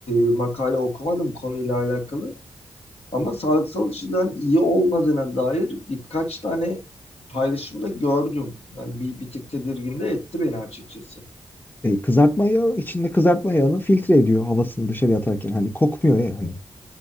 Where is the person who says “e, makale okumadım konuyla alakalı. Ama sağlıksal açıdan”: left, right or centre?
Left